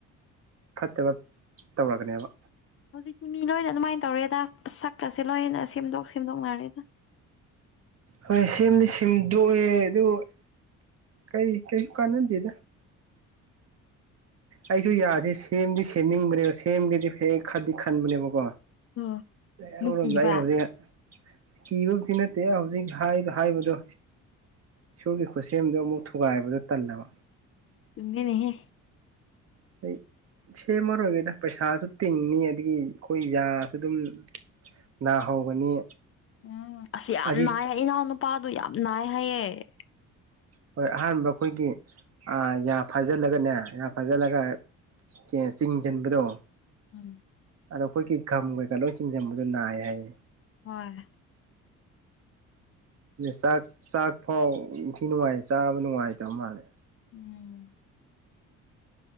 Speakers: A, on the right; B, on the left.
A: ꯐꯠꯇꯕ ꯇꯧꯔꯛꯒꯅꯦꯕ
B: ꯍꯧꯖꯤꯛꯇꯤ ꯃꯤ ꯂꯣꯏꯅ ꯑꯗꯨꯃꯥꯏꯅ ꯇꯧꯔꯦꯗ ꯁꯛꯇꯁꯦ ꯂꯣꯏꯅ ꯁꯦꯝꯗꯣꯛ ꯁꯦꯝꯗꯣꯛꯅꯔꯦꯗ
A: ꯍꯣꯏ ꯁꯦꯝꯗꯤ ꯁꯦꯝꯗꯣꯛꯑꯦ ꯑꯗꯨ ꯀꯩ ꯀꯩꯁꯨ ꯀꯥꯟꯅꯗꯦꯗ ꯑꯩꯁꯨ ꯌꯥꯁꯦ ꯁꯦꯝꯗꯤ ꯁꯦꯝꯅꯤꯡꯕꯅꯦꯕ ꯁꯦꯝꯒꯦꯗꯤ ꯍꯦꯛ ꯈꯗꯤ ꯈꯟꯕꯅꯦꯕꯀꯣ
B: ꯎꯝ
A: ꯑꯃꯔꯣꯝꯗ
B: ꯃꯨꯛ ꯀꯤꯕ
A: ꯑꯩ ꯍꯧꯖꯤꯛ ꯀꯤꯕ ꯃꯛꯇꯤ ꯅꯠꯇꯦ ꯍꯧꯖꯤꯛ ꯍꯥꯏ ꯍꯥꯏꯕꯗꯣ ꯏꯁꯣꯔꯒꯤ ꯈꯨꯠꯁꯦꯝꯗꯣ ꯑꯃꯨꯛ ꯊꯨꯒꯥꯏꯕꯗꯣ ꯇꯜꯂꯕ
B: ꯇꯃꯤꯅꯦ
A: ꯑꯩ ꯁꯦꯝꯃꯔꯣꯏꯒꯦꯗ ꯄꯩꯁꯥꯁꯨ ꯇꯤꯡꯅꯤ ꯑꯗꯒꯤ ꯑꯩꯈꯣꯏ ꯌꯥꯁꯨ ꯑꯗꯨꯝ ꯅꯥꯍꯧꯒꯅꯤ
B: ꯎ ꯑꯁ ꯌꯥꯝ
A: ꯑꯁꯤ
B: ꯅꯥꯏ ꯄꯥꯗꯣ ꯌꯥꯝ ꯅꯥꯏ ꯍꯥꯏꯌꯦ
A: ꯍꯣꯏ ꯑꯍꯥꯟꯕ ꯑꯩꯈꯣꯏꯒꯤ ꯌꯥ ꯐꯥꯖꯤꯜꯂꯒꯅꯦ ꯌꯥ ꯐꯥꯖꯤꯜꯂꯒ ꯀꯦ ꯆꯤꯡꯁꯤꯟꯕꯗꯣ
B: ꯎꯝ
A: ꯑꯗꯣ ꯑꯩꯈꯣꯏꯒꯤ ꯒꯝ ꯀꯩꯀꯥ ꯂꯣꯏ ꯆꯤꯡꯖꯟꯕꯗꯣ ꯅꯥꯏ ꯍꯥꯏꯌꯦ
B: ꯍꯣꯏ
A: ꯆꯥꯛ ꯆꯥꯛ ꯐꯥꯎ ꯏꯊꯤ ꯅꯨꯡꯉꯥꯏ ꯆꯥꯕ ꯅꯨꯡꯉꯥꯏꯇꯕ ꯃꯥꯜꯂꯦ
B: ꯎꯝ